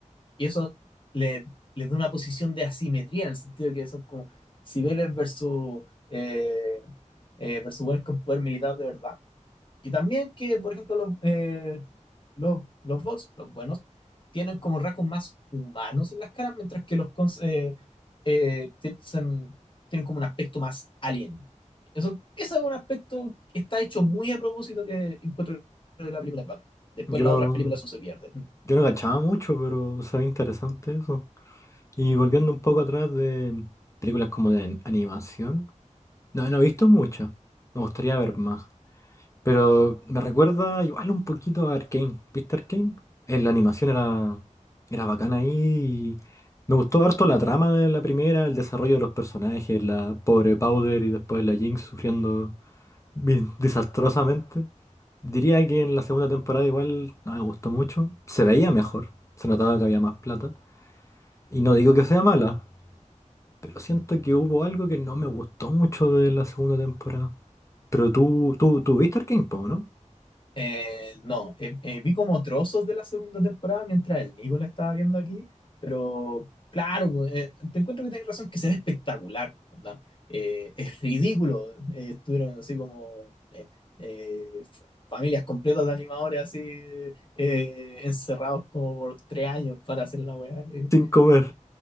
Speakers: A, on the left (about 40°); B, on the left (about 25°).
A: y eso le, le da una posición de asimetría, en el sentido de que son como civiles versus, eh, eh, versus buenos con poder militar de verdad. Y también que, por ejemplo, los, eh, los, los bots, los buenos, tienen como rasgos más humanos en las caras, mientras que los cons eh, eh, tienen, tienen como un aspecto más alien. Eso, ese es un aspecto que está hecho muy a propósito que encuentro de la película es bacán. Después
B: Yo,
A: las otras películas eso se pierde.
B: yo no cachaba mucho, pero se ve interesante eso. Y volviendo un poco atrás de películas como de animación, no, no he visto muchas. Me gustaría ver más. Pero me recuerda igual un poquito a Arcane. ¿Viste Arcane? Eh, La animación era, era bacana ahí. y me gustó harto la trama de la primera, el desarrollo de los personajes, la pobre Powder y después la Jinx sufriendo bien desastrosamente. Diría que en la segunda temporada igual no me gustó mucho. Se veía mejor, se notaba que había más plata. Y no digo que sea mala, pero siento que hubo algo que no me gustó mucho de la segunda temporada. Pero tú, tú, tú viste Arcane, po, ¿no?
A: Eh, no, eh, eh, vi como trozos de la segunda temporada mientras el Nico la estaba viendo aquí, pero claro, eh, te encuentro que tenés razón que se ve espectacular, onda. Eh, es ridículo, eh, estuvieron así como eh, eh, f- familias completas de animadores así eh, encerrados como por tres años para hacer la weá. eh.
B: Sin comer.